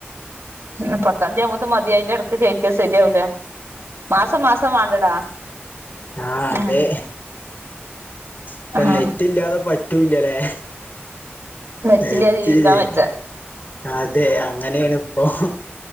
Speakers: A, on the right; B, on the left.
A: ഉ പത്താംന്തി ആവുമ്പോത്തി മതി അയിന്റെ ഇടക്ക് കേറ്റിയാ ശരിയാവൂലാ. മാസം മാസം വാണ്ടടാ.
B: ആഹ അതെ.
A: ഉം
B: ഇപ്പം
A: ആഹ്
B: നെറ്റ് ഇല്ലാതെ പറ്റൂല്ലലെ?
A: നെറ്റില്ലാതെ
B: നെറ്റ്
A: ജീവിക്കാൻ
B: ഇല്ലയ്.
A: വെജ്ജ
B: അതെ അങ്ങനെയാണ്- ഓ